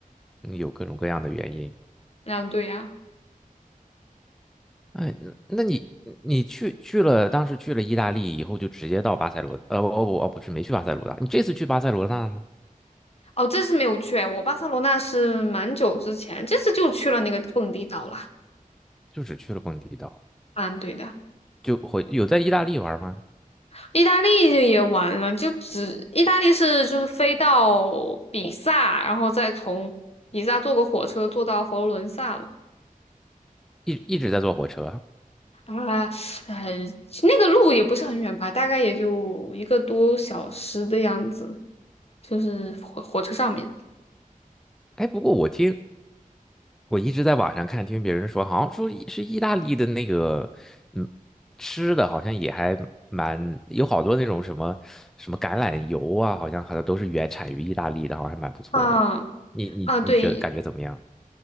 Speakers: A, in the centre; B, on the left.
A: 嗯有各种各样的原因。
B: 啊，对呀。
A: 哎，那那你你去去了，当时去了意大利以后，就直接到巴塞罗，呃，不不不，不是没去巴塞罗那，你这次去巴塞罗那了吗？
B: 哦，这次没有去哎，我巴塞罗那是蛮久之前，这次就去了那个蹦迪岛了。
A: 就只去了蹦迪岛，
B: 嗯，对的，
A: 就回有在意大利玩吗？
B: 意大利就也玩了，就只意大利是就是飞到比萨，然后再从比萨坐个火车坐到佛罗伦萨了。
A: 一一直在坐火车啊。
B: 啊，呃，那个路也不是很远吧，大概也就一个多小时的样子，就是火火车上面。
A: 哎，不过我听我一直在网上看，听别人说，好像说意是意大利的那个，嗯，吃的好像也还蛮有好多那种什么什么橄榄油啊，好像好像都是原产于意大利的，好像还蛮不错的。
B: 啊
A: 你你你觉得感觉怎么样？
B: 啊，对，